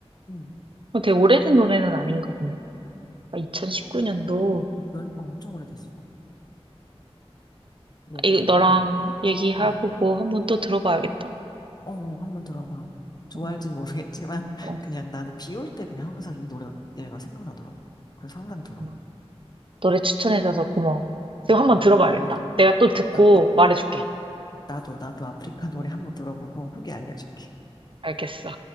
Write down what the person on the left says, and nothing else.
응.
아, 그래도 몇, 어, 엄청 오래됐어. 몇
년 됐네,
이러다.
응.
어, 어, 한번 들어봐. 좋아할진
모르겠지만, <laughs>
그냥 나는 비올 때 그냥 항상 이 노래가 얘가 생각나더라고. 그래서 항상 들어.
어,
너도,
나, 어,
나도, 나도 아프리카 노래 한번 들어보고 후기 알려줄게.